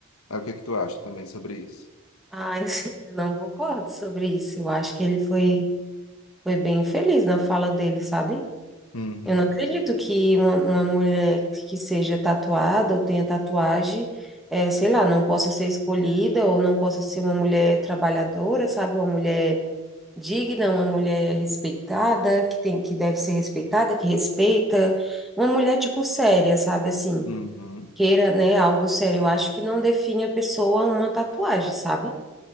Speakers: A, on the left; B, in the centre.
A: Aí, o que é que tu acha também sobre isso?
B: Ai, <laughs> eu não concordo sobre isso. Eu acho que ele foi, foi bem infeliz na fala dele, sabe?
A: Uhum,
B: Eu não acredito que uma, uma mulher que seja tatuada ou tenha tatuagem, eh, sei lá, não possa ser escolhida ou não possa ser uma mulher trabalhadora, sabe? Uma mulher digna, uma mulher respeitada, que tem, que deve ser respeitada, que respeita. Uma mulher, tipo, séria, sabe? Assim,
A: uhum,
B: queira, né, algo sério. Eu acho que não define a pessoa uma tatuagem, sabe?